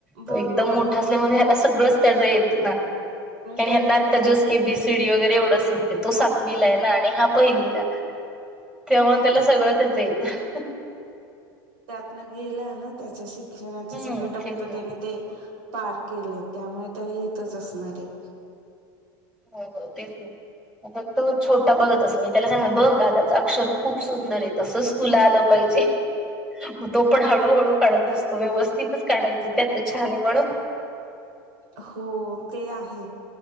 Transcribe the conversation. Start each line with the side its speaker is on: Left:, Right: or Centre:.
Centre: तो
Right: बरोबर
Centre: एकदम मोठा असल्यामुळं ह्याला सगळंच त्याच येत हा. <inaudible> आणि
Right: तो
Centre: हेंना
Right: गेलाय
Centre: आता just
Right: ना
Centre: A, B, C, D वगैरे एवढसच. तो सातवीला आहे ना आणि हा पहिलीला. <inaudible> तेव्हा त्याला सगळं त्याच येतं. <inaudible>
Right: म गेला ना त्याच्या शिक्षणाचे
Centre: हम्म
Right: सगळे टप्पे
Centre: तेच ना
Right: त्यानी ते पार केलेत त्यामुळे अता इथंच असणार आहेत.
Centre: हो हो तेच ना. आता तो छोटा बघत असल त्याला सांगनार बघ दादाच अक्षर खूप सुंदर आहे. तसंच तुला आलं पाहिजे. <inaudible> मग तो पण हळूहळू काढत अस व्यवस्थितच काढायच त्याच छान आहे म्हण.
Right: हो ते आहे.